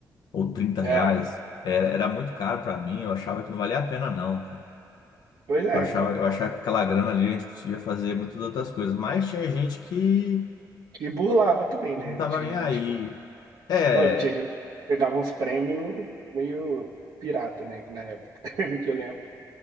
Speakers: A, on the left; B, on the right.
A: ou trinta reais,
B: É,
A: era, era muito caro pra mim, eu achava que não valia a pena não, cara.
B: pois é,
A: Eu achava,
B: cara.
A: eu achava que aquela grana ali a gente conseguia fazer muitas outras coisas, mas tinha gente que,
B: E burlava também,
A: que
B: né?
A: não tava
B: Tinha
A: nem aí.
B: gente,
A: É,
B: não, tinha gente que pegava uns prêmios meio pirata, né? Que na época, <laughs> que eu lembro.